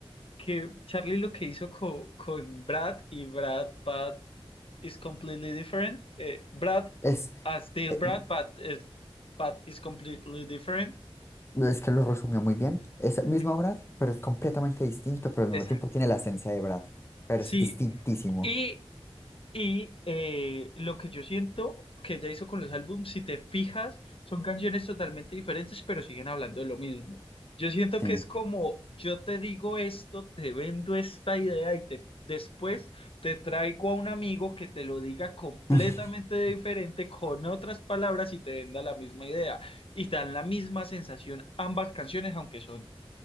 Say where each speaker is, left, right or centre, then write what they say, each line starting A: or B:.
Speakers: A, on the left; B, on the left.
A: que Charlie lo que hizo co- con Brad y Brad But is completely different. Eh, Brad
B: Es,
A: as still
B: eh,
A: Brad, but is, but is completely different.
B: es que lo resumió muy bien. Es el mismo
A: Sí.
B: Brad, pero es completamente distinto, pero al mismo
A: Exacto.
B: tiempo tiene la esencia de Brad, pero
A: Sí.
B: es distintísimo.
A: Y Y eh, lo que yo siento que ella hizo con los álbumes, si te fijas, son canciones totalmente diferentes, pero siguen hablando de lo mismo. Yo siento
B: Sí.
A: que es como, yo te digo esto, te vendo esta idea y te, después te traigo a un amigo que te lo diga completamente
B: <laughs>
A: diferente, con otras palabras y te venda la misma idea. Y dan la misma sensación ambas canciones, aunque son